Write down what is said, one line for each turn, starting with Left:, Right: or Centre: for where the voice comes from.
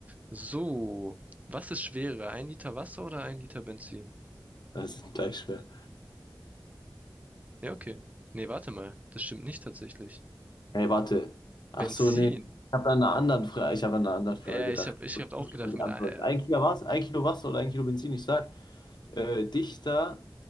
Right: So, was ist schwerer? Ein Liter Wasser oder ein Liter Benzin?
Left: Das ist gleich schwer.
Right: Ja, okay. Nee, warte mal, das stimmt nicht tatsächlich.
Left: Hey, warte. Ach
Right: Benzin.
Left: so, nee. Ich habe an einer anderen Frage, ich habe an einer anderen Frage
Right: Ja,
Left: gedacht.
Right: ich habe ich
Left: Ich
Right: hab auch gedacht,
Left: hab schon
Right: mit,
Left: geantwortet.
Right: ei-
Left: Ein Kilo was? Ein Kilo Wasser oder ein Kilo Benzin? Ich sag, äh, dichter